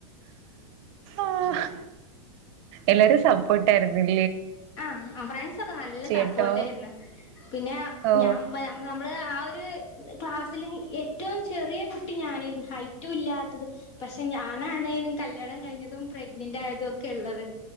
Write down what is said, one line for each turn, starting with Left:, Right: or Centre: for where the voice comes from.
Right: ആഹ് എല്ലാരും സപ്പോർട്ട് ആയിരുന്നിൽ
Left: ആഹ് ആ ഫ്രണ്ട്സൊക്കെ നല്ല സപ്പോർട്ട്
Right: കേട്ടോ
Left: ഏര്ന്നു പിന്നെ
Right: ഓ
Left: ഞാൻ വേ മ് നമ്മള് ആ ഒര് ത് ക്ലാസിൽ ഏറ്റവും ചെറിയ കുട്ടി ഞാനേരുന്നു ഹൈറ്റും ഇല്ലാത്തത് പക്ഷെ ഞാനാണ് കല്യാണം കഴിഞ്ഞതും പ്രഗ്നന്റ് ആയതും ഒക്കെ ഇള്ളത്